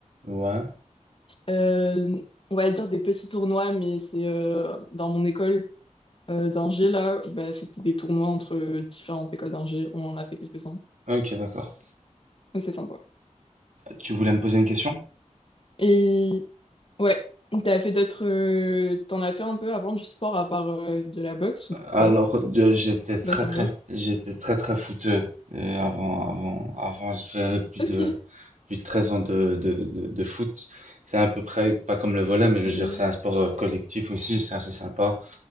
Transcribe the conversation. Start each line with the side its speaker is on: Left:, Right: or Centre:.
Right: Ouais.
Left: euh, on va dire des petits tournois, mais c'est euh, dans mon école euh, d'ingé, là, bah, c'était des tournois entre euh, différentes écoles d'ingé. On en a fait quelques-uns.
Right: Ok, d'accord.
Left: Mais C'est sympa.
Right: Tu voulais me poser une question?
Left: Et ouais, t'as fait d'autres... euh, t'en as fait un peu avant du sport à part euh, de la boxe ou
Right: Alors,
Left: pas?
Right: de- j'étais très
Left: Boxe
Right: très
Left: anglaise?
Right: j'étais très très footeux euh, avant avant avant j'ai fait plus
Left: Ok.
Right: de plus de 13 ans de de, de, de foot. C'est à peu près pas comme le volley mais je
Left: Ah
Right: veux dire
Left: oui.
Right: c'est un sport euh, collectif aussi, c'est assez sympa.